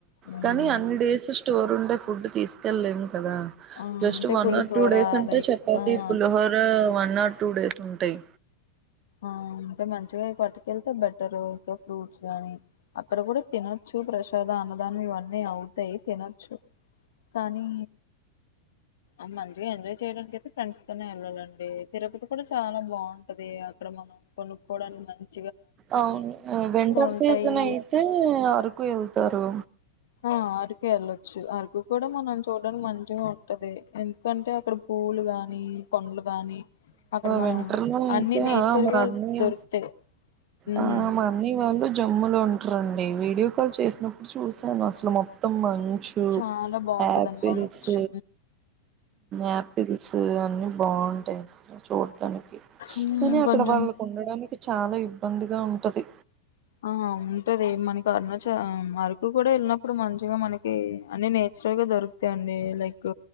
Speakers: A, on the left; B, on the right.
A: హ్మ్
B: కానీ అన్ని డేస్ స్టోర్ ఉండే ఫుడ్ తీసుకెళ్లేము కదా
A: ఆ
B: జస్ట్
A: అంటే
B: one
A: pulihora
B: or two days అంటే
A: లైక్
B: చెప్పది
A: ఆ
B: pulihora one or two days ఉంటాయి
A: ఆ అంటే మంచిగా పటికెళ్తే బెటర్ ఇకా ఫ్రూట్స్ గానీ అక్కడ కూడా తినొచ్చు ప్రసాద అన్నదానం ఇవన్నీ అవుతాయి తినొచ్చు కానీ ఆ మంచిగా ఎంజాయ్ చేయడానికికైతే ఫ్రెండ్స్ తోనే వెళ్ళాలండి తిరుపతి కూడా చాలా బాగుంటది అక్కడ మనం కొనుక్కోవడానికి మంచి
B: అవును వింటర్
A: ఉంటాయి
B: సీజన్ అయితే అరకు వెళ్తారు
A: ఆ అరకు వెళ్ళొచ్చు అరకు కూడా మనం చూడానికి మంచి ఉంటది ఎందుకంటే అక్కడ పువ్వులు గాని పండ్లు గాని అక్కడ మనం
B: వింటర్ లో అయితే
A: అన్ని నేచర్
B: ఆ మా
A: గా
B: అన్నయా
A: దొరుకుతాయి ఉమ్
B: ఆ మా అన్నయ్య వాళ్ళు జమ్ముూలో ఉంటారండి వీడియో కాల్ చేసినప్పుడు చూసాను అసలు మొ మొత్తం మంచు
A: చాలా బాగుంటదండి
B: యాపిల్స్
A: మంచు
B: యాపిల్ స అన్ని బాగుంటాయి చు
A: ఉమ్
B: కానీ అక్కడ
A: కొంచెం
B: వాళ్ళకు ఉండడానికి చాలా ఇబ్బందిగా ఉంటది
A: ఆ ఉంటది మనకి కర్నచ ఆ అరకు కూడా వెళ్ళినప్పుడు మంచిగా మనకి అన్ని నేచురల్ గా దొరుకుంది అండి లైక్